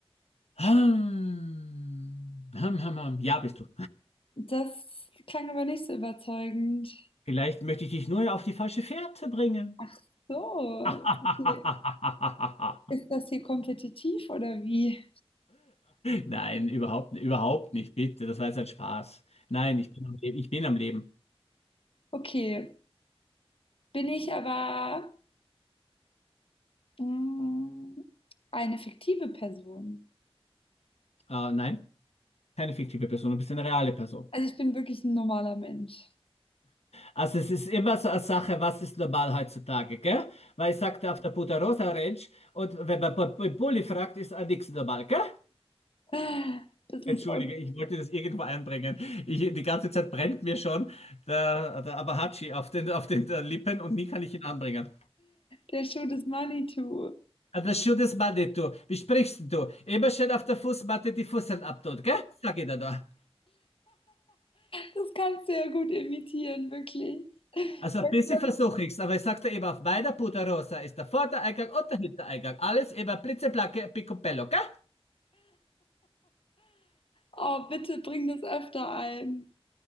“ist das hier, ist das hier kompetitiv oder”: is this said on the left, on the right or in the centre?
Left